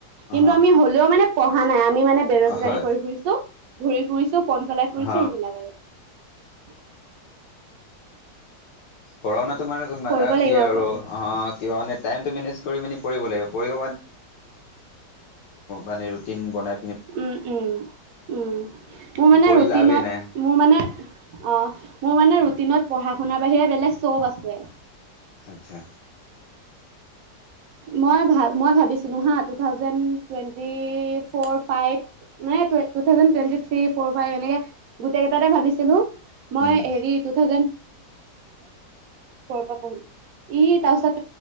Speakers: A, on the left; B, on the right.
A: অ
B: কিন্তু আমি হ'লেও মানে। প নাই আমি মানে বেৰোজগাৰী
A: হয়
B: কৰি ফুৰিছো ঘূৰি ফুৰিছে পন জ্বলাই ফুৰিছে
A: হ
B: সেইবিলাক আৰু <inaudible>
A: পঢ়া শুনাাতটো মানে
B: কৰিব
A: কি
B: লাগিব
A: আৰু
B: আকৌ
A: অ কিবা মানে টাইমটো মেনেজ কৰি মানি পৰিব লাগিব পৰিব মানে ান
B: উম উম উম মোৰ মানে
A: পঢ়ি
B: ৰুটিনত
A: লাভেই নাই
B: মোৰ মানে অ মোৰ মানে ৰুটিনত পঢ়া শুনাৰ বাহিৰে বেলেগ চব আছে
A: আচ্ছা
B: মই ভ মই ভাবিছিলোঁ হা two thousand twenty four five মানে থ ফ ফাইভ এনে গেইেই ভাব হেল্ল' মই
A: উম
B: এই ট ফ'ৰ পঢ়ম এই তউচাপ